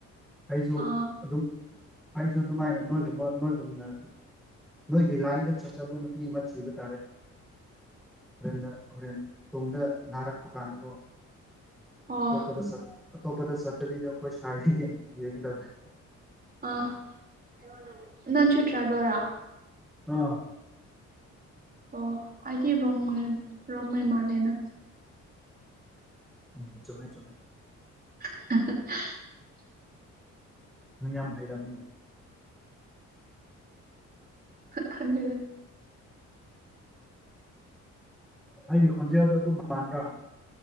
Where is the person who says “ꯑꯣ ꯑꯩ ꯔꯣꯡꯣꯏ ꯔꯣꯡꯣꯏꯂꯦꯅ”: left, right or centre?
Right